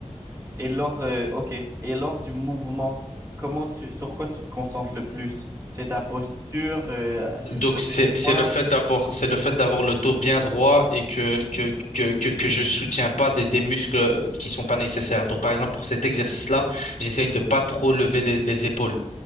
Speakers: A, on the right; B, on the left.
A: Et lors, euh, ok. Et lors du mouvement, comment tu, sur quoi tu te concentres le plus? C'est ta posture, euh, juste
B: Donc
A: lever
B: c'est
A: les poids.
B: c'est le fait d'avoir c'est le fait d'avoir le dos bien droit et que que que que, que je soutiens pas des, des muscles qui sont pas nécessaires. Donc par exemple pour cet exercice-là, j'essaye de pas trop lever les, les épaules.